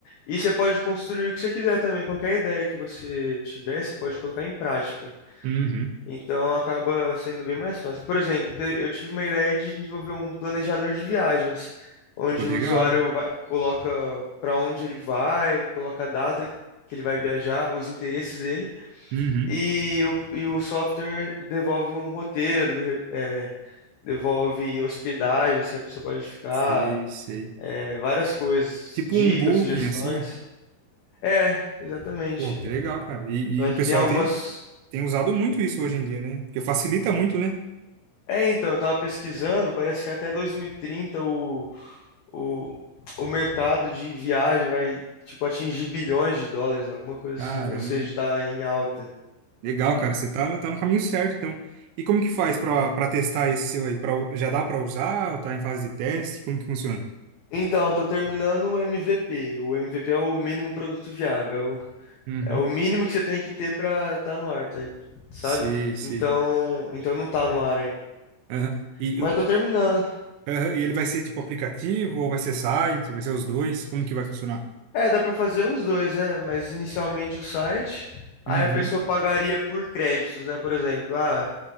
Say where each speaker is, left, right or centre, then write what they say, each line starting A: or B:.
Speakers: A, on the left; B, on the right.
A: E você pode construir o que você quiser também, qualquer ideia que você tiver, você pode colocar em prática.
B: Uhum.
A: Então acaba sendo bem mais fácil. Por exemplo, te- eu tive uma ideia de desenvolver um planejador de viagens, onde
B: Pô, legal.
A: o usuário vai- coloca para onde ele vai, coloca a data que ele vai viajar, os interesses dele,
B: Uhum.
A: e o, e o software devolve um roteiro, de- é, devolve hospedagens que a pessoa pode ficar,
B: Sei, sei.
A: é, várias coisas,
B: Tipo
A: dicas,
B: um booking,
A: sugestões.
B: assim.
A: É, exatamente.
B: Pô, que legal, cara. E,
A: Só
B: e o
A: que
B: pessoal
A: tem algumas.
B: tem, tem usado muito isso hoje em dia, né? Porque facilita muito, né?
A: É, então, eu tava pesquisando, parece que até 2030 o, o, o mercado de viagem vai, tipo, atingir bilhões de dólares, alguma coisa
B: Caramba.
A: assim. Ou seja, tá em alta.
B: Legal, cara. Você tá, tá no caminho certo, então. E como que faz pra, pra testar esse seu aí? Pra, já dá pra usar ou tá em fase de teste? Como que funciona?
A: Então, eu tô terminando o MVP. O MVP é o mínimo produto viável.
B: Uhum.
A: É o, é o mínimo que você tem que ter pra tá no ar, tá- sabe?
B: Sei, sei.
A: Então, então não tá no ar ainda.
B: Aham. E
A: Mas eu tô terminando.
B: Aham, E ele vai ser tipo aplicativo ou vai ser site? Vai ser os dois? Como que vai funcionar?
A: É, dá pra fazer os dois, né? Mas inicialmente o site,
B: Uhum.
A: aí a pessoa pagaria por créditos, né? Por exemplo, ah,